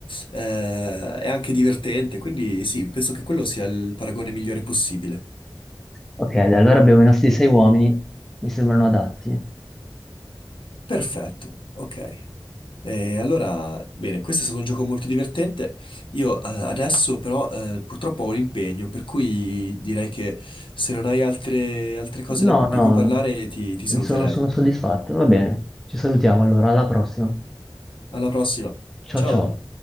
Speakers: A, on the left; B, in the centre.
A: eh, è anche divertente, quindi sì, penso che quello sia il paragone migliore possibile.
B: Ok, dai, allora abbiamo i nostri sei uomini, mi sembrano adatti.
A: Perfetto, ok. E allora, bene, questo è stato un gioco molto divertente. Io eh, adesso però eh, purtroppo ho un impegno, per cui direi che se non hai altre, altre cose
B: No,
A: da- di
B: no,
A: cui parlare ti ti saluterei.
B: sono, sono soddisfatto. Va bene, ci salutiamo allora, alla prossima.
A: Alla prossima.
B: Ciao
A: Ciao.
B: ciao.